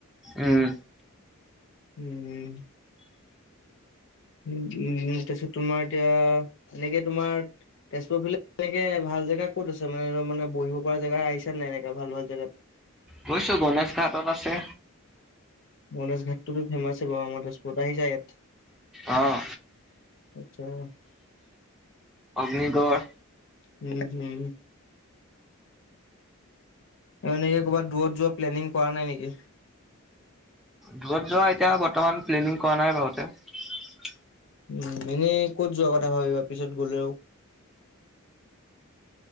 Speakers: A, in the centre; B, on the left.
A: উম।
B: উম। উ উ তাৰপিছত তোমাৰ এতিয়া এনেকে তোমাৰ <unintelligible> তোমাৰ এতিয়া, তেনেতে তোমাৰ, তেজপুৰ ফালে তেনেকে ভাল জেগা ক'ত আছে, মানে বহিব পৰা জেগা আহিছানে নাই। এনেককাে ভাল ভাল জেগাত।
A: গইছোঁ গণেশ ঘাটত আছে।
B: গণেশ ঘাট টো মোৰ ফেৰ্মাচ। লোৱা মতে স্পট আহি যায় ইয়াত,
A: অ'।
B: আচ্ছা।
A: অগ্নিগড়
B: উম, হম। এনেকে ক'ৰবাত দূৰত যোৱা প্লেনিং কৰা নাই নেকি?
A: দূৰত যোৱা এতিয়া বৰ্তমান প্লেনিং কৰা নাই বাৰু এতিয়া।
B: উ এনেই ক'ত যোৱা কথা ভাবিবা পিছত গলেও।